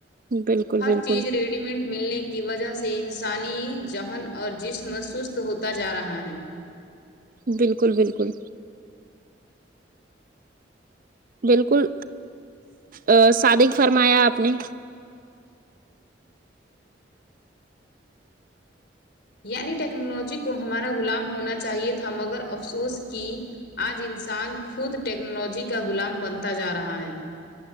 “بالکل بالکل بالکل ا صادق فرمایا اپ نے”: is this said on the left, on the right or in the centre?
Right